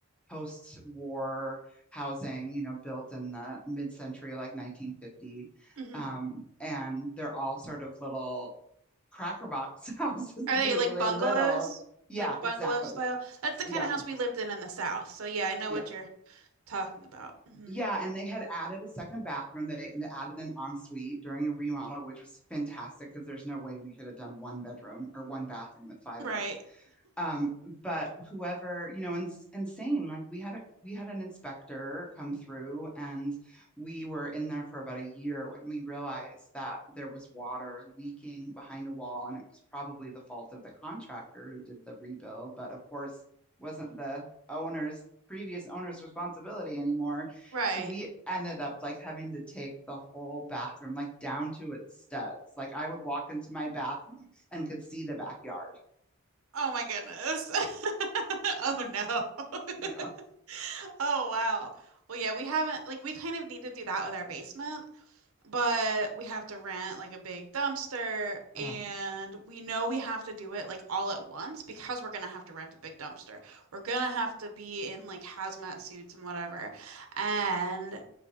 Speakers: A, in the centre; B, on the right.
A: post-war housing you know built in the mid-century like 1950
B: hmm
A: um and they're all sort of little cracker box <laughs> houses
B: Are they
A: that are
B: like
A: really
B: bungalows?
A: little yeah
B: Like bungalow
A: exactly
B: style? That's the
A: yep
B: kind of house we lived in in the South. So yeah, I know
A: yeah
B: what you're talking about. hmm
A: yeah and they had added a second bathroom they, they added an ensuite during a remodel which was fantastic because there's no way we could have done one bedroom or one bathroom with five
B: Right.
A: of us Um, but whoever, you know, and and same, like we had a we had an inspector come through and we were in there for about a year when we realized that there was water leaking behind a wall and it was probably the fault of the contractor who did the rebuild, but of course wasn't the owner's previous owner's responsibility anymore.
B: Right.
A: So we ended up like having to take the whole bathroom like down to its studs. Like I would walk into my bathroom and could see the backyard.
B: Oh my goodness. <laughs> Oh no.
A: Yeah.
B: <laughs> Oh wow. Well, yeah, we haven't like we kind of need to do that with our basement, but we have to rent like a big dumpster and
A: Um,
B: we know we have to do it like all at once because we're gonna have to rent a big dumpster. We're gonna have to be in like hazmat suits and whatever. And